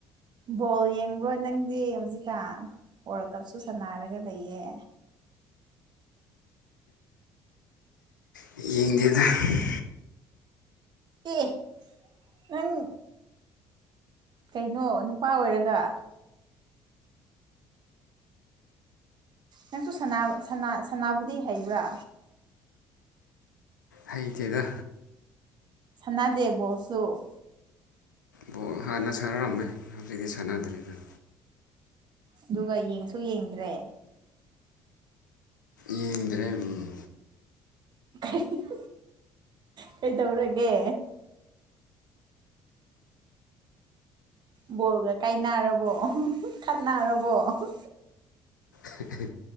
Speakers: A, on the right; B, on the left.
A: ꯕꯣꯜ ꯌꯦꯡꯕ꯭ꯔꯣ ꯅꯪꯗꯤ ꯍꯧꯖꯤꯛꯀꯥꯟ ꯋꯥꯔꯜ ꯀꯞꯁꯨ ꯁꯥꯟꯅꯔꯒ ꯂꯩꯌꯦ
B: ꯍꯦ ꯌꯦꯡꯗꯦꯗ ꯍꯝ
A: ꯑꯦ ꯅꯪ ꯀꯩꯅꯣ ꯅꯨꯄꯥ ꯑꯣꯏꯔꯒ ꯅꯪꯁꯨ ꯁꯅꯥ ꯁꯅꯥ ꯁꯅꯥꯕꯗꯤ ꯍꯩꯕ꯭ꯔꯥ
B: ꯍꯩꯇꯦꯗꯥ
A: ꯅꯥꯗꯦ ꯕꯣꯜꯁꯨ
B: ꯕꯣꯜ ꯍꯥꯟꯅ ꯁꯥꯟꯅꯔꯝꯃꯦ ꯍꯧꯖꯤꯛꯇꯤ ꯁꯥꯟꯅꯗ꯭ꯔꯦꯗ
A: ꯑꯗꯨꯒ ꯌꯦꯡꯁꯨ ꯌꯦꯡꯗ꯭ꯔꯦ
B: ꯌꯦꯡꯗ꯭ꯔꯦ ꯎꯝ
A: ꯀꯩ ꯍꯪꯍꯝ ꯀꯩ ꯇꯧꯔꯒꯦ ꯕꯣꯜꯒ ꯀꯥꯏꯅꯔꯕꯣ ꯑꯍꯍ ꯈꯠꯅꯔꯕꯣ ꯑꯍꯍ
B: ꯍꯍ